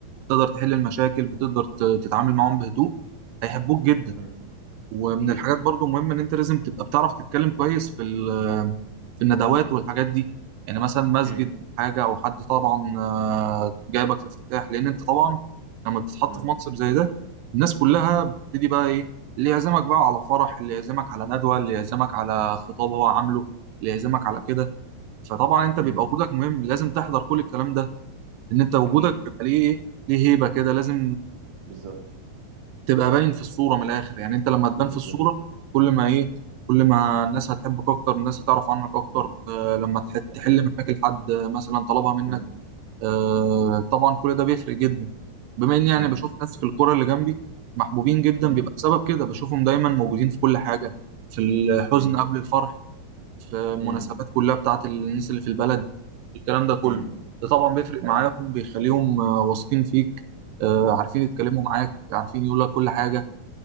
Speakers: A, on the right (about 80°); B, on the right (about 60°).
A: تقدر تحل المشاكل بتقدر ت- تتعامل معاهم بهدوء هيحبوك جدا
B: امم
A: ومن
B: اكيد
A: الحاجات برضو مهمة ان انت لازم تبقى بتعرف تتكلم كويس في ال- في الندوات والحاجات دي يعني مثلا مسجد
B: امم
A: حاجة او حد طبعا آه، جايبك في افتتاح لان انت طبعا لما بتتحط
B: امم
A: في منصب زي ده الناس كلها
B: امم
A: بتبتدي بقى ايه اللي يعزمك بقى على فرح اللي يعزمك على ندوة اللي يعزمك على خطاب هو عامله اللي يعزمك على كده فطبعا انت
B: امم
A: بيبقى وجودك مهم لازم تحضر كل الكلام ده ان انت وجودك
B: اكيد
A: بيبقى ليه ايه ليه هيبة كده لازم
B: بالظبط
A: تبقى باين في الصورة من الآخر يعني أنت لما تبان
B: بالظبط
A: في الصورة كل ما إيه كل ما الناس هتحبك أكتر الناس هتعرف عنك أكتر
B: امم
A: آه لما تح- تحل
B: اكيد
A: مشاكل حد آه، مثلا طلبها منك
B: امم
A: آه طبعا كل ده بيفرق جدا بما إني يعني
B: امم
A: بشوف ناس في الكرة اللي جنبي محبوبين جدا
B: امم
A: بيبقى بسبب كده بشوفهم دايما موجودين في كل حاجة في الحزن
B: امم
A: قبل الفرح في المناسبات
B: امم
A: كلها بتاعت الناس اللي في البلد الكلام ده كله
B: امم
A: ده طبعا بيفرق معاهم
B: ايوه
A: بيخليهم آه، واثقين فيك آه، عارفين يتكلموا معاك عارفين يقول لك كل حاجة